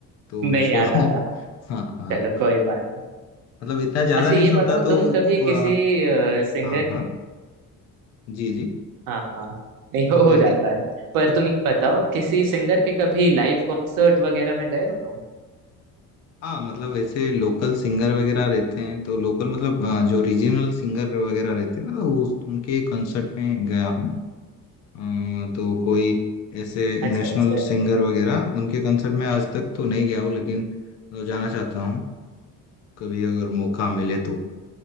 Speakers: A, on the left (about 50°); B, on the right (about 85°).
A: तो
B: नहीं
A: छोड़ो
B: याद आ
A: <laughs>
B: रहा
A: हाँ हाँ
B: चलो कोई बात नहीं
A: मतलब इतना ज्यादा
B: अच्छा
A: नहीं
B: ये
A: सुनता
B: बताओ
A: तो
B: तुम कभी
A: आ,
B: किसी सिंगर
A: हाँ हाँ
B: के
A: जी जी
B: हाँ हाँ नहीं हो,
A: सिंगर
B: हो जाता
A: की
B: है पर तुम ये बताओ
A: हाँ
B: किसी सिंगर के कभी लाइव कॉन्सर्ट वगैरह में गए हो तुम
A: हाँ, मतलब ऐसे लोकल सिंगर वगैरह रहते हैं तो लोकल मतलब आ, जो रीजनल सिंगर वगैरह रहते हैं ना तो उस उनके कंसर्ट में गया हूँ अम, तो कोई ऐसे
B: अच्छा
A: नेशनल
B: अच्छा
A: सिंगर वगैरह उनके कंसर्ट में आज तक तो नहीं गया हूँ लेकिन तो जाना चाहता हूँ कभी अगर मौका मिले तो